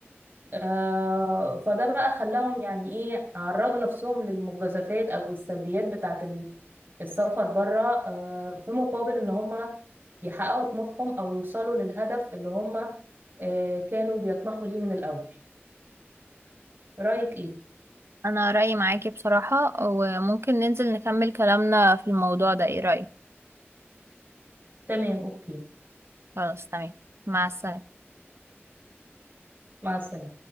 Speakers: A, on the right; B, on the right.
A: آه، فده بقى خلاهم يعني ايه عرضوا نفسهم للمجازفات او السلبيات بتاعه ال- السفر بره آه، في مقابل ان هم يحققوا طموحهم او يوصلوا للهدف اللي هم آه، كانوا بيطمحوا ليه من الاول رأيك ايه
B: أنا رأيي معاكي بصراحة وممكن ننزل نكمل كلامنا في الموضوع ده إيه رأيك؟
A: تمام اوكي
B: خلاص تمام مع السلامة
A: مع السلامة